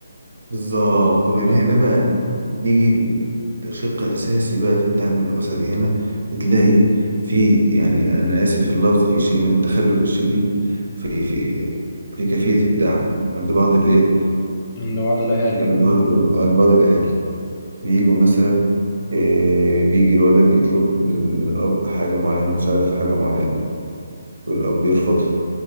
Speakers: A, on the right (about 75°); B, on the left (about 30°).
A: بالظبط
B: كل-
A: ومن هنا
B: بز-
A: بقى نيجي الشق الأساسي بقى في الدعم الأسري هنا بتلاقي في يعني أنا آسف في اللفظ في شيء من التخلف الشديد في في في كيفية الدعم عند بعض الإيه
B: عند بعض الأهالي
A: عند بعض عند بعض الأهالي بيجوا مثلا آه، بيجي الولد يطلب من من الأب حاجة معينة مساعدة في حاجة معينة والأب يرفض